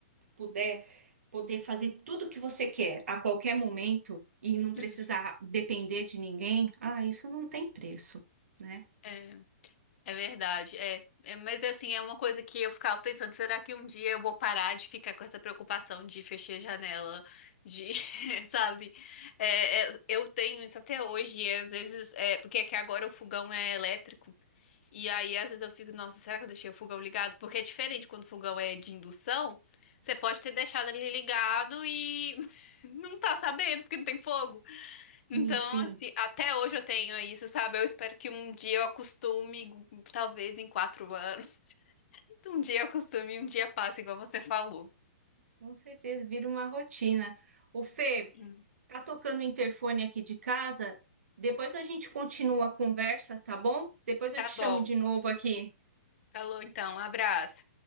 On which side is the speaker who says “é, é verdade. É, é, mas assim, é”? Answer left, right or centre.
Left